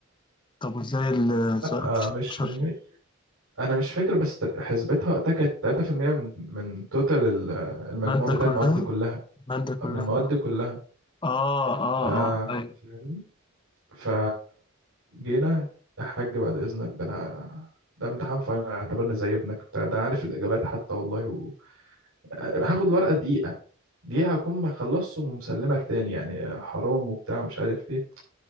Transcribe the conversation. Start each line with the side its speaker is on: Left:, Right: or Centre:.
Left: طب وازاي السؤال
Right: آه
Left: مش
Right: مش
Left: 16
Right: من 100 أنا مش فاكر بس ت- حسبتها وقتها كانت 3% من من توتال ال- المجموع
Left: المادة
Right: بتاع
Left: كلها
Right: المواد كلها
Left: المادة كلها
Right: من المواد كلها
Left: اه اه
Right: ف فاهمني
Left: اه اه ايوه
Right: ف جينا يا حاج بعد إذنك ده أنا ده امتحان فاينل اعتبرني زي ابنك بتاع ده أنا عارف الإجابات حتى والله و... آه، هاخد الورقة دقيقة دي هكون ما خلصت ومسلمك تاني يعني حرام وبتاع ومش عارف ايه